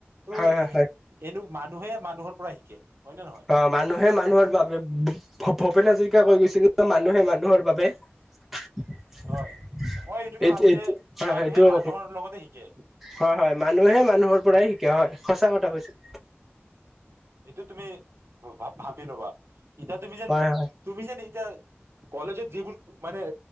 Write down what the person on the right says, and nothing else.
ত
এনো মানুহে মানুহৰ পৰা শিকে। হয় নে নহয়
হয় মই এইটোকে
ভাবো
যে
মানুহে
মানুহৰ লগতে শিকে
সেইটো তুমি ভাবি ল'বা। ইতিয়া তুমি যে
তুমি যে ইতিয়া কলেজৰ যিবোৰ মানে